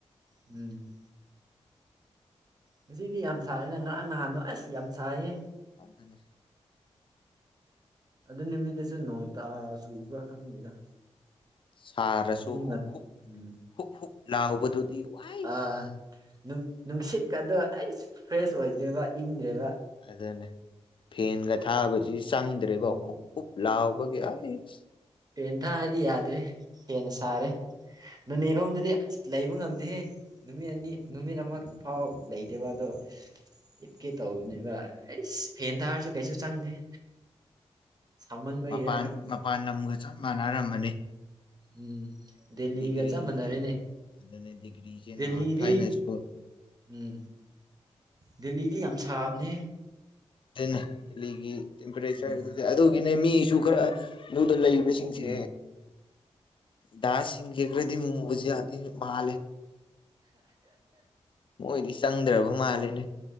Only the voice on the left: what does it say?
ꯑꯗꯨꯅꯦ
ꯁꯥꯔꯁꯨ
ꯍꯨꯛ ꯍꯨꯛ
ꯍꯨꯞ ꯍꯨꯞ ꯂꯥꯎꯕꯗꯨꯗꯤ ꯋꯥꯏꯁ
ꯑꯗꯨꯅꯦ ꯐꯦꯟꯒ ꯊꯥꯕꯁꯤ ꯆꯪꯗ꯭ꯔꯦꯕ
ꯍꯨꯞ ꯍꯨꯞ ꯂꯥꯎꯕꯒꯤ ꯑꯩꯁ
<inaudible>
ꯃꯄꯥꯟ
ꯃꯄꯥꯟ ꯂꯝꯒ ꯆꯞ ꯃꯥꯟꯅꯔꯝꯃꯅꯤ
ꯗꯤꯒ꯭ꯔꯤꯖꯦ
ꯑꯗꯨꯅꯦ ꯗꯤꯒ꯭ꯔꯤꯖꯦ
ꯅꯍꯥꯟ ꯊꯥꯏꯅꯁꯨ
ꯗꯦ ꯂꯤꯒꯤ ꯇꯦꯝꯄꯔꯦꯆꯔ
ꯑꯗꯨꯒꯤꯅꯦ ꯃꯤꯁꯨ ꯈꯔ ꯅꯨꯞ ꯑꯗꯣ ꯂꯩꯕꯁꯤꯡꯁꯦ
ꯗꯥꯁ ꯁꯤꯡꯖꯦ ꯈꯔꯗꯤ ꯃꯨꯕꯖꯨ ꯃꯥꯂꯦ ꯃꯣꯏꯗꯤ ꯆꯪꯗ꯭ꯔꯕ ꯃꯥꯜꯂꯦꯅꯦ